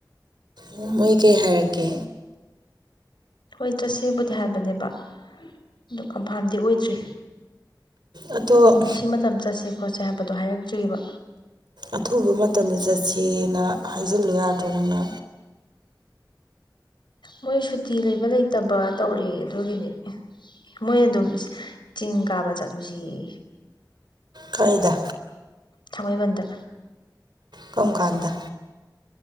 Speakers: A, on the right (about 70°); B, on the left (about 85°).
A: ꯑꯣ ꯃꯣꯏ ꯀꯩ ꯍꯥꯏꯔꯛꯒꯦ
B: ꯍꯣꯏ ꯆꯠꯁꯦꯕꯨꯗꯤ ꯍꯥꯏꯕꯅꯦꯕ ꯑꯗꯨ ꯀꯟꯐꯥꯝꯗꯤ ꯑꯣꯏꯗ꯭ꯔꯤ
A: ꯑꯗꯣ
B: ꯎꯝ ꯁꯤ ꯃꯇꯝ ꯆꯠꯁꯦ ꯈꯣꯠꯁꯦ ꯍꯥꯏꯕꯗꯣ ꯍꯥꯏꯔꯛꯇ꯭ꯔꯤꯑꯕ
A: ꯑꯊꯨꯕ ꯃꯇꯝꯗ ꯆꯠꯁꯦꯅ ꯍꯥꯏꯖꯤꯜꯂꯨ ꯌꯥꯗ꯭ꯔꯣ ꯅꯪꯅ
B: ꯃꯣꯏ ꯁꯨꯇꯤ ꯂꯩꯕ ꯂꯩꯇꯕ ꯇꯧꯔꯛꯑꯦ ꯑꯗꯨꯒꯤꯅꯤ ꯃꯣꯏ ꯑꯗꯨꯝ ꯆꯤꯡ ꯀꯥꯕ ꯆꯠꯂꯨꯁꯤ ꯌꯦ
A: ꯀꯥꯏꯗ
B: ꯊꯥꯡꯃꯩꯕꯟꯗ
A: ꯀꯝ ꯀꯥꯟꯗ